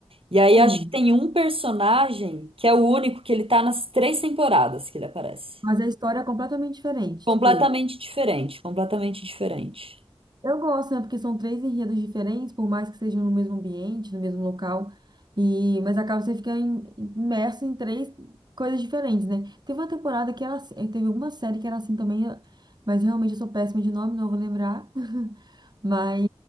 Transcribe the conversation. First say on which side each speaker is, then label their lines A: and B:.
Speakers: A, on the right; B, on the right.
A: E aí
B: Sim.
A: acho que tem um personagem que é o único que ele tá nas três temporadas que ele aparece.
B: Mas a história é completamente diferente.
A: Completamente
B: Tipo,
A: diferente, completamente diferente.
B: Eu gosto, né? Porque são três enredos diferentes, por mais que sejam no mesmo ambiente, no mesmo local, e mas acaba você ficar im- imerso em três coisas diferentes, né? Teve uma temporada que era assim, eh, teve alguma série que era assim também, eu- mas realmente eu sou péssima de nome, não vou lembrar. <laughs> Mas